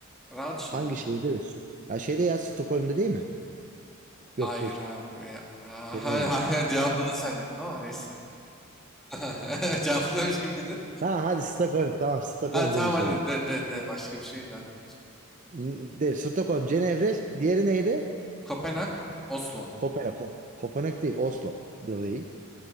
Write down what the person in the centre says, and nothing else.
Rahat soru
bence.
Hayır
abi. Aa,
<laughs> Hayır hayır cevapladın zannettim ama neyse. <laughs> Cevaplamış gibi dedin.
Hadi
tamam hadi
de de de başka bir şey daha de o zaman.
Kopenhag, Oslo.